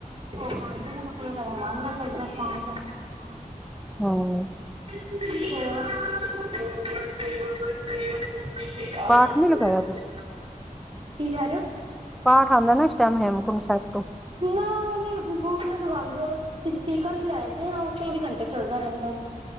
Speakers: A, on the right (about 40°); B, in the centre.
A: ਉਹ ਖਾਂਦੇ ਨੇ ਕੱਪੜੇ। ਕਦੇ ਮਨ ਨਹੀਂ ਕਰਦਾ ਪਾਣ ਦਾ।
B: ਹੂੰ। <unintelligible>
A: ਹੋਹ <unintelligible>
B: ਪਾਠ ਨੀ ਲਗਾਇਆ ਤੁਸੀਂ
A: ਕੀ, ਕਿਹ ਰਹੇ ਹੋ?
B: ਪਾਠ ਆਉਂਦਾ ਨਾ। ਇਸ ਟਾਈਮ, ਹੇਮਕੁੰਟ ਸਾਹਿਬ ਤੋਂ।
A: ਸੁਨ <unintelligible> ਉਹਨੇ ਫੋਨ ਲਗਾਉਂਦੇ ਉਹ। ਸਪੀਕਰ ਲਿਆਏ ਦੇ ਆ। ਉਹ ਚੌਵੀ ਘੰਟੇ ਚੱਲਦਾ ਰਹਿੰਦਾ।